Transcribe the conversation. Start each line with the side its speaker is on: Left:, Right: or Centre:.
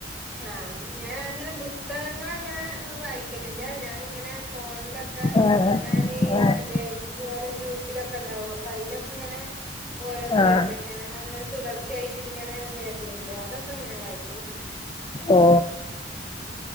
Centre: ആ ഞാനങ്ങനെ പുസ്തകങ്ങളങ്ങനെ വായിക്കലില്ല ഞാനിങ്ങനെ ഫോണിലൊ ക്കെ
Left: ആഹ്
Centre: ഞാനീ
Left: ആഹ്
Centre: മറ്റേ വേറെ ഗ്രൂപ്പിലൊക്ക ഒണ്ടാവും അപ്പൊ അയിലൊക്കെ ഇങ്ങനെ ഓരോന്ന്
Left: ആഹ്
Centre: വെരലിങ്ങനെ അങ്ങനെ തുടർച്ചായിട്ട് ഇങ്ങനെ വെരലുണ്ട് അതൊ ക്ക അങ്ങനെ വായിക്കു
Left: ഓ
Centre: ഉം